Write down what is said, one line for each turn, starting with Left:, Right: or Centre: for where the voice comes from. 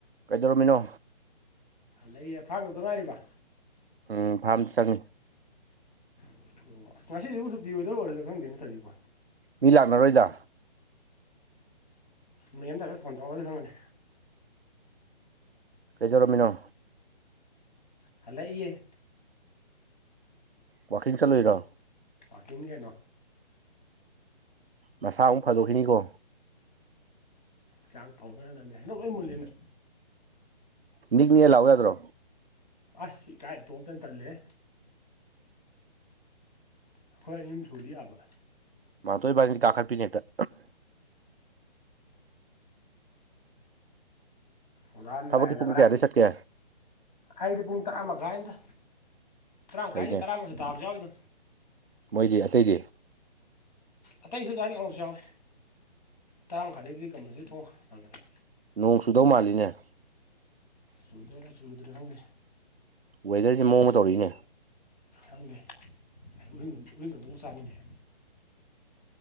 Right: ꯀꯩꯗꯧꯔꯝꯃꯤꯅꯣ
Left: ꯂꯩ ꯊꯥꯡꯉꯧꯗ ꯉꯥꯏꯔꯤꯕ
Right: ꯎꯝ ꯊꯝꯁꯪ
Left: ꯑꯣ ꯉꯁꯤꯕꯨ ꯁꯨꯤ ꯑꯣꯏꯗꯧ ꯑꯣꯏꯔꯣꯏꯗꯥ ꯈꯪꯗꯦꯅꯦ ꯊꯕꯤꯕꯣ
Right: ꯃꯤ ꯂꯥꯛꯅꯔꯣꯏꯗ
Left: ꯃꯌ ꯑꯃꯗꯥꯏꯔꯦ ꯐꯣꯟ ꯇꯧꯒꯗꯤ ꯈꯪꯒꯅꯤ
Right: ꯀꯩꯗꯧꯔꯝꯃꯤꯅꯣ
Left: ꯍꯂꯦ ꯏꯦ
Right: ꯋꯥꯀꯤꯡ ꯆꯠꯂꯨꯏꯔꯣ
Left: ꯑꯥꯀꯤꯦꯅꯤ ꯀꯅꯥ
Right: ꯃꯁꯥ ꯑꯃꯨꯛ ꯐꯗꯣꯛꯈꯤꯅꯤꯀꯣ
Left: ꯍꯛꯆꯥꯡ ꯐꯕ ꯈꯔꯅꯂꯦ ꯍꯟꯗꯣꯛ ꯂꯣꯏ ꯃꯨꯂꯦꯅ
Right: ꯃꯤꯅꯤ ꯃꯤ ꯂꯑꯣ ꯌꯥꯗ꯭ꯔꯣ
Left: ꯑꯁ ꯀꯥꯏ ꯇꯣꯝꯇꯅ ꯇꯜꯂꯦ ꯑꯩꯈꯣꯏ ꯑꯅꯤꯨꯝ ꯁꯨꯗꯤ ꯌꯥꯕ
Right: ꯃꯥꯥꯟꯇꯣꯏꯕꯥꯅꯤ ꯀꯥꯈꯠꯄꯤꯅꯦ ꯍꯦꯛꯇ
Left: ꯑꯣꯖꯥꯅꯔꯥꯏꯅ
Right: ꯊꯕꯛꯇꯤ ꯄꯨꯡ
Left: ꯉꯔꯥꯡ
Right: ꯀꯌꯥꯗꯩ ꯆꯠꯀꯦ
Left: ꯑꯩꯗꯤ ꯄꯨꯡ ꯇꯔꯥ ꯃꯈꯥꯏꯗ ꯇꯔꯥꯃꯥꯏ
Right: ꯐꯩꯅꯦ
Left: ꯍꯥꯏꯖꯦ ꯇꯔꯥꯃ ꯇꯥꯕꯖꯎꯗꯣ
Right: ꯃꯣꯏꯗꯤ ꯑꯇꯩꯗꯤ
Left: ꯑꯇꯩꯁꯨ ꯑꯗꯨꯋꯥꯏꯅ ꯉꯔꯕꯁꯨ ꯌꯥꯎꯋꯤ ꯇꯔꯥꯃ ꯃꯈꯥꯏꯗꯗꯒꯤꯗꯤ ꯀꯝꯕꯜꯁꯤ ꯊꯣꯡꯉ ꯍꯪꯉꯒꯦ
Right: ꯅꯣꯡ ꯆꯨꯗꯧ ꯃꯥꯜꯂꯤꯅꯦ
Left: ꯆꯨꯗꯔ ꯆꯨꯨꯔꯗ꯭ꯔꯁꯨꯦ
Right: ꯋꯦꯗꯔꯁꯦ ꯃꯑꯣꯡ ꯑꯃ ꯇꯧꯔꯛꯏꯅꯦ
Left: ꯈꯪꯗꯦ ꯎ ꯎꯔꯤꯒꯟꯗꯧ ꯑꯃ ꯆꯥꯅꯤꯡꯉꯦ